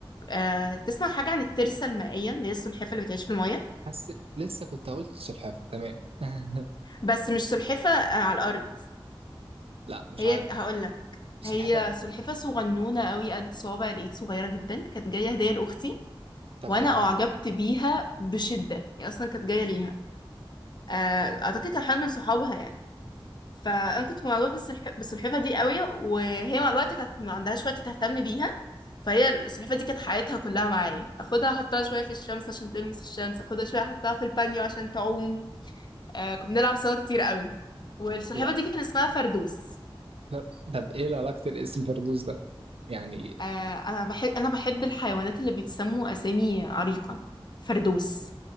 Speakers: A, on the left; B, on the right.
A: آه تسمع حاجه عن الترسه المائيه اللي هي السلحفه اللي بتعيش في الميه
B: حاسس لسه كنت قلت سلحفاه تمام <laughs>
A: بس مش سلحفه آه على الارض
B: لا مش
A: هي
B: عارف
A: هقول لك
B: سلحفاه
A: هي سلحفه صغنونه قوي قد صوابع الايد صغيره جدا كانت جايه هديه لاختي
B: طب
A: وانا
B: جميل
A: اعجبت بيها بشده هي اصلا كانت جايه ليها آه، اعتقد كان حد من صحابها يعني فانا كنت معجبه بالسلح- بالسلحفه دي قوي وهي مع الوقت كانت ما عندهاش وقت تهتم بيها فهي السلحفه دي كانت حياتها كلها معايا اخدها احطها شويه في الشمس عشان تلمس الشمس اخدها شويه احطها في البانيو عشان تعوم آه، كنا بنلعب سوا كتير قوي والسلحفه
B: لا
A: دي كان اسمها فردوس
B: طب طب ايه علاقه الاسم فردوس ده يعني
A: آه، انا بحب انا بحب الحيوانات اللي بيتسموا اسامي عريقه فردوس